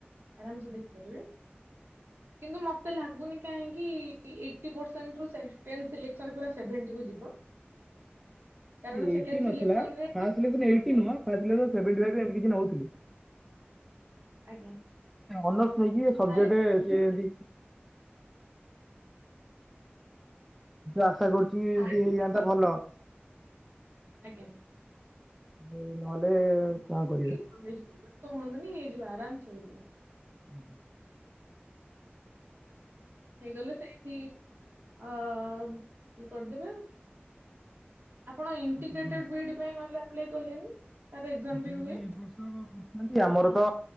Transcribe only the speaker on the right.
ଆରାମସେ ଦେଖିପାରିବେ। କିନ୍ତୁ ମତେ ଲାଗୁନି କାହିଁ କି ଏଇଟି ପରସେଣ୍ଟରୁ ସେଣ୍ଟେସ ସିଲେକ୍ସନ ପୁରା ସେଭେଣ୍ଟି କୁ ଯିବ। କାରଣ
ସେକେଣ୍ଡ ସିଲେକ୍ସନରେ
ଆଜ୍ଞା
ଆଜ୍ଞା
ତାହେଲେ
ଫାଷ୍ଟ
ସିଲେକ୍ସନ
ଆଜ୍ଞା
<unintelligible> ହେଇଯିବ ବ୍ୟସ୍ତ ହୁଅନ୍ତୁନି ହେଇଯିବ ଆରାମସେ ହେଇଯିବ ।
ହେଇଗଲେ ସେଇଠି ଅ ଇଏ କରିଦେବେ ଆପଣ ଇଣ୍ଟିଗ୍ରେଟେଡ
ବି ଡି ପାଇଁ ନହେଲେ ଆପ୍ଲାଏ କଲେନି? ତାର ଏକ୍ଜାମ
ବି
ହୁଏ।